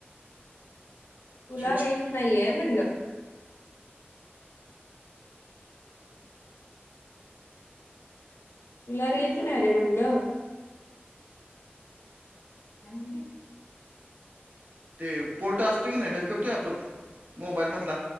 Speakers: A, on the left; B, on the right.
A: तुला
B: स्विच
A: रेंज नाहीये म्हणलं... तुला रेंज नाही रे म्हणलं... काय म्हणजे...
B: ते पोर्टा असतो की नाही ढकलतोय आपण मोबाईल मधला...